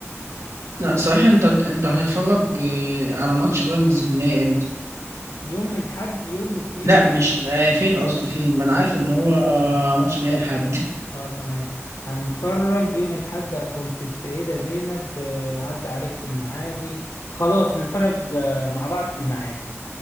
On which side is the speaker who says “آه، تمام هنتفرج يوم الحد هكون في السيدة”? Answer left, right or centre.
Left